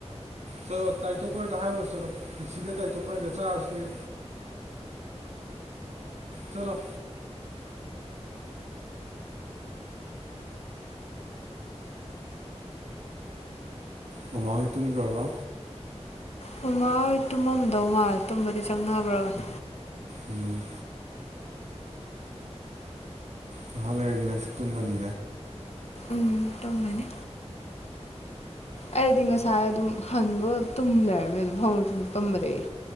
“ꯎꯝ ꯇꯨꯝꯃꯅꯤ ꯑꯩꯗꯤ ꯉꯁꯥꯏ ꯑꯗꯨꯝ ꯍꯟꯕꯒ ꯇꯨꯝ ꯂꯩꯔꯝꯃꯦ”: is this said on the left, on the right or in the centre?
Left